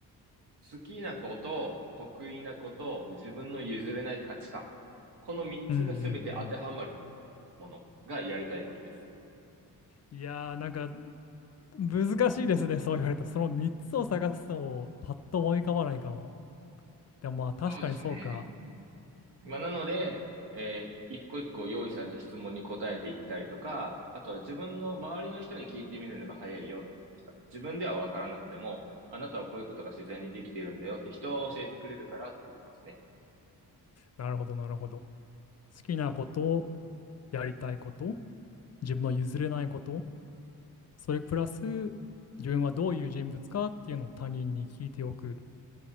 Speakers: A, on the right; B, on the left.
A: 好きなこと、得意なこと、自分の譲れない価値観。この3つが全て当てはまる
B: うんうん
A: ものがやりたいことです。
B: うん。いやー、なんか難しいですね、そう言われた。その3つを探すのをパッと思い浮かばないかも。でもまあ確かにそうか。
A: そうですね。まあ、なので、えー一個一個用意された質問に答えていったりとか、あとは自分の周りの人に聞いてみるのが早いよって言ってました。自分ではわからなくても、あなたはこういうことが自然にできているんだよって人は教えてくれるからって言ってますね。
B: なるほど、なるほど。好きなこと、やりたいこと、自分の譲れないこと、それプラス自分はどういう人物かっていうのを他人に聞いておく。